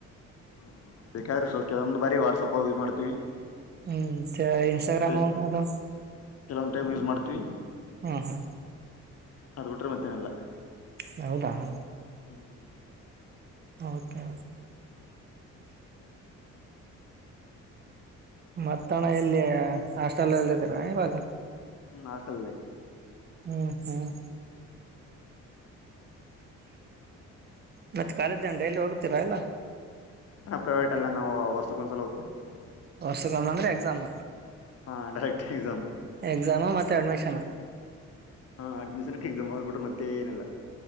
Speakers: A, on the left; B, on the right.
A: ಹ್ಮ್, ಬೇಕಾದ್ರೆ ಸ್ವಲ್ಪದೊಂದ ಬಾರಿ ವಾಟ್ಸಾಪ್ ಯೂಸ್ ಮಾಡ್ತೀವಿ.
B: ಹ್ಮ್, ಇನ್ಸ್ಟಾಗ್ರಾಮು
A: ಇನ್ಸ್ಟ
B: ಅದು.
A: ಕೆಲವೊಂದ್ ಟೈಮ್ ಯೂಸ್ ಮಾಡ್ತೀವಿ
B: ಹ್ಮ್, ಹಾ
A: ಅದ ಬಿಟ್ರೆ ಮತ್ತೇನಿಲ್ಲ.
B: ಹಾ, ಹೌದಾ ಹ
A: ಹ್ಮ್
B: ಓಕೆ., ಮತ್ತಣ ಎಲ್ಲಿಯ ಹಾಸ್ಟೆಲ್ಲ್ಲ ಇದ್ದೀರಾ ಇವಾಗ.
A: ಹ್ಮ್, ಆಸ್ಟಲಲ್ಲಿ.
B: ಹ್ಮ್, ಹ್ಮ್ ಮತ್ತೆ ಕಾಲೇಜನ ಡೈಲಿ ಹೋಗತೀರಾ ಎಲ್ಲ.
A: ಪ್ರೈವೇಟ್ ಎಲ್ಲ ನಾವು ವರ್ಷಕ್ಕೊಂದ್ ಸಲ ಹೋಗ್ತೀವಿ.
B: ವರ್ಷಕ್ಕೆ ಒಂದಂದ್ರೆ ಎಕ್ಸಾಮ್.,
A: ಹಾ, ಡೈರೆಕ್ಟ್ ಎಕ್ಸಾಮ್,
B: ಎಕ್ಸಾಮ ಮತ್ತೆ ಅಡ್ಮಿಷನ್,
A: ಹಾ, ಅಡ್ಮಿಷನ್ಕ್ ಎಕ್ಸಾಮ್ ಹದ್ಬಿಟ್ಟರು ಮತ್ತೆ ಏನೆಲ್ಲ.